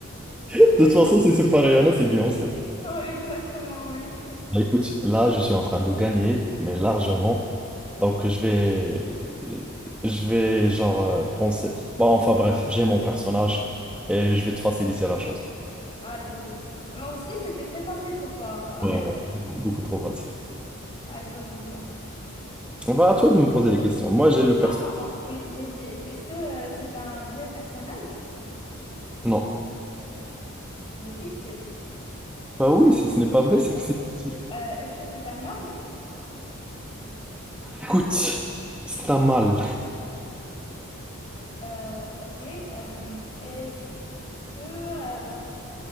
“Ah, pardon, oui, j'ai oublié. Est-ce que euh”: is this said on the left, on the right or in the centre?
Left